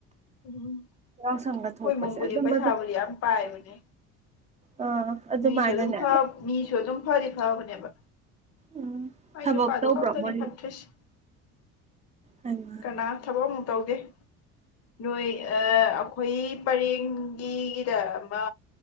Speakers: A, on the left; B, on the right.
A: ꯎꯝ
B: ꯌꯥꯎꯁꯪꯒ ꯊꯣꯛꯄꯁꯦ
A: ꯍꯣꯏ ꯏꯃꯨꯡꯕꯨꯗꯤ
B: ꯑꯗꯨꯝ
A: ꯄꯩꯁꯥꯕꯨꯗꯤ
B: ꯑꯗꯨꯝ
A: ꯌꯥꯝ ꯄꯥꯏꯕꯅꯦ
B: ꯑꯥ ꯑꯗꯨꯃꯥꯏꯅꯅꯦ
A: ꯃꯤꯁꯨ ꯑꯗꯨꯝ ꯐ ꯃꯤꯁꯨ ꯑꯗꯨꯝ ꯐꯔꯤ ꯐꯥꯕꯅꯦ ꯕ
B: ꯎꯝ
A: ꯍꯣꯏ
B: ꯊꯕꯛ
A: ꯅꯨꯄꯥꯗꯨ
B: ꯇꯧꯕ꯭ꯔꯣ
A: ꯈꯛꯇꯅꯤ
B: ꯃꯣꯏ
A: ꯐꯠꯇ꯭ꯔꯔꯤꯁ
B: ꯍꯩꯃꯥ ꯍꯩꯃꯥ
A: ꯀꯅꯥ ꯊꯕꯣ ꯇꯧꯗꯦ ꯅꯣꯏ ꯑꯩꯈꯣꯏ ꯄꯔꯦꯡꯒꯤꯗ ꯑꯃ